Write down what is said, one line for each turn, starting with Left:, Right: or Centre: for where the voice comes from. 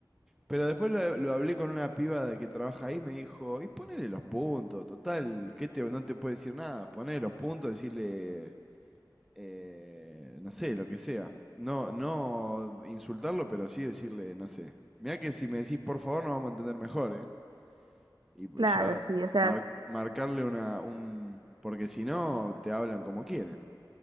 Centre: Pero después lo, lo hablé con una piba de que trabaja ahí, me dijo, y ponele los puntos, total, que te, no te puede decir nada, ponele los puntos, decirle, eh, no sé, lo que sea. No, no insultarlo, pero sí decirle, no sé. Mirá que si me decís por favor nos vamos a entender mejor, ¿eh? Y,
Right: Claro,
Centre: y ya
Right: sí, o sea,
Centre: mar- marcarle una, un... Porque si no, te hablan como quieren.